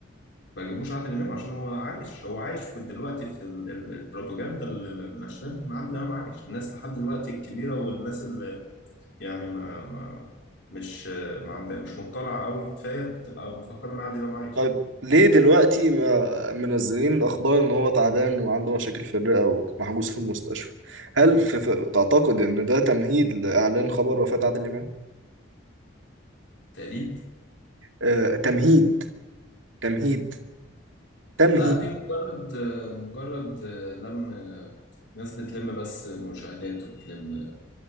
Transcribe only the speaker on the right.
طيب ليه دلوقتي ما منزلين اخبار ان هو تعبان وعنده مشاكل في الرئة ومحجوز في المستشفى هل في في تعتقد ان ده تمهيد لاعلان خبر وفاة عادل امام
آه تمهيد تمهيد تمهيد